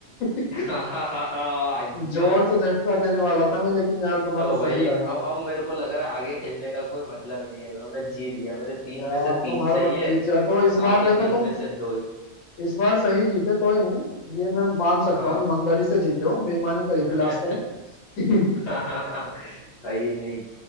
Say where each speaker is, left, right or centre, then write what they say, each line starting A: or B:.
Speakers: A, on the left; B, on the left.
A: <laughs>
B: <laughs> आइयो
A: जोर से झटका देने वाला था मैं लेकिन यार तुम्हारा
B: तो भाई
A: सही लगा
B: अब अब मेरे को लग रहा है आगे खेलने का कोई मतलब नहीं है तो मैं जीत गया मेरे तीन
A: यार
B: में से तीन
A: तुम हर
B: सही
A: बार
B: है
A: जीत जाते हो इस बार
B: आपके
A: देखो
B: तीन
A: तुम
B: में से दो ही
A: इस बार सही जीते कोई नहीं ये मैं मान सकता
B: हाँ
A: हूँ ईमानदारी से जीते हो बेईमानी करी थी
B: <laughs>
A: लास्ट टाइम
B: कहीं
A: <laughs>
B: नहीं